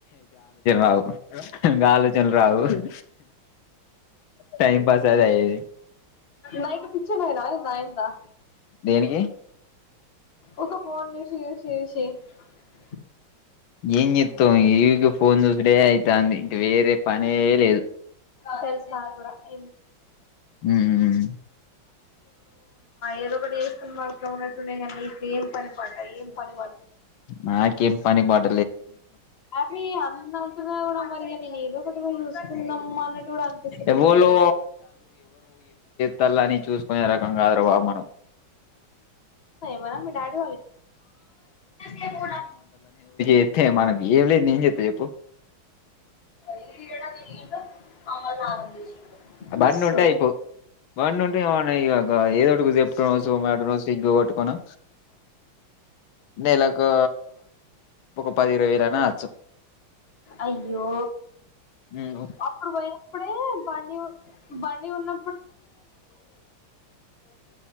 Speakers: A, on the left (about 80°); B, on the left (about 30°).
A: రావులోచన రావు <unintelligible> టైమ్ పాస్ అదే ఇది
B: నైట్ పిచ్చెనాయిన నాయిందా
A: దేనికి
B: ఒక ఫోన్ <unintelligible>
A: ఏం చేతవ్ ఇదు ఫోన్ చూసేడే అయితాంది ఇంకా వేరే పని లేదు
B: తెలుసు నా కూడా <unintelligible>
A: మ్మ్
B: ఏదో ఒకటి చేసుకొని ఇక ఏం పని బట ఏం పని బాట
A: నాకేం పని బాట
B: అవి అన్న మరిగ నేను ఏదో వస్తోంది అమా అన్నట్టు కూడా అనుపిస్తులేదు
A: ఎవలో
B: కాదా
A: తల్లని చూసుకునే రకం కాదురు బాబు మనం
B: వల్లమ్మ డాడ్ <inaudible>
A: ఎతే మనది ఏం లేదు ఏం చెప్పేది చెప్పు
B: <inaudible>
A: బండి
B: సో
A: ఉంటే అయిపో బండి ఉంటే ఏమన్నా ఇ ఏదో ఒకటి చెప్పు. ఒక రోజు మడు రోజు సిగ్గు గట్టుకను నెలకు ఒక పది ఇరవై వేలనా వచ్చ
B: అయ్యో
A: హ్మ్.
B: అప్పుడు పోయినప్పుడే బండి బండి ఉన్న